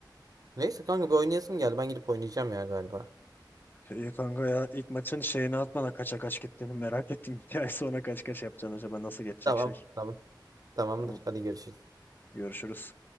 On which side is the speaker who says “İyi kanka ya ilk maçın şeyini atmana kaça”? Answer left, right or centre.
Left